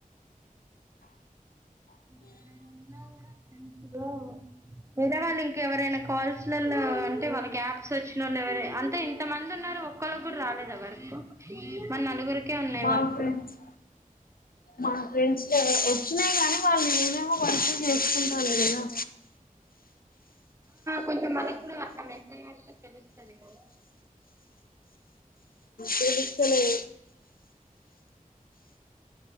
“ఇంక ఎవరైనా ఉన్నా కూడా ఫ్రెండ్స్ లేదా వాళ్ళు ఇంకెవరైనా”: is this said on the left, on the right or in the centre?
Right